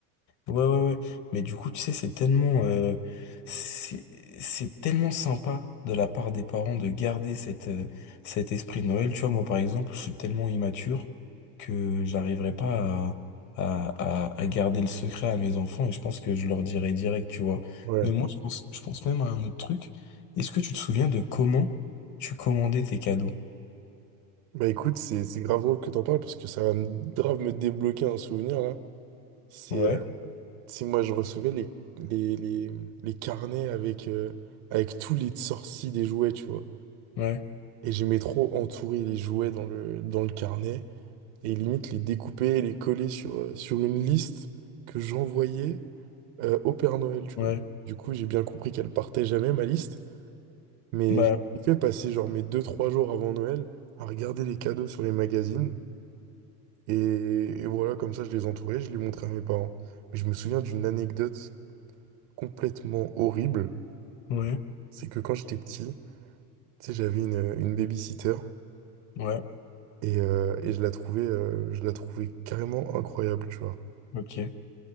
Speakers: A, on the left (about 40°); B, on the right (about 50°).
A: Ouais, ouais, ouais. Mais du coup, tu sais, c'est tellement, euh, c'est, c'est tellement sympa de la part des parents de garder cette, euh, cet esprit de Noël. Tu vois, moi, par exemple, je suis tellement immature que j'arriverai pas à, à, à, à garder le secret à mes enfants et je pense que je leur dirai direct, tu vois.
B: Ouais.
A: Mais moi, je pense, je pense même à un autre truc. Est-ce que tu te souviens de comment tu commandais tes cadeaux?
B: Bah écoute, c'est c'est grave drôle que t'en parles parce que ça va me- grave me débloquer un souvenir là. C'est
A: Ouais,
B: euh, si moi je recevais les, les, les, les carnets avec, euh, avec tous les sorties des jouets, tu vois.
A: ouais,
B: Et j'aimais trop entourer les jouets dans le, dans le carnet. et limite les découper et les coller sur, euh, sur une liste que j'envoyais euh, au Père Noël, tu
A: ouais.
B: vois. Du coup, j'ai bien compris qu'elle partait jamais, ma liste, mais
A: Bah,
B: j'ai fait passer genre mes deux trois jours avant Noël à regarder les cadeaux sur les magazines, et, et voilà, comme ça, je les entourais, je les montrais à mes parents. Mais je me souviens d'une anecdote complètement horrible,
A: ouais,
B: c'est que quand j'étais petit, tu sais, j'avais une, une babysitter,
A: ouais,
B: et, euh, et je la trouvais, euh, je la trouvais carrément incroyable, tu vois.
A: ok.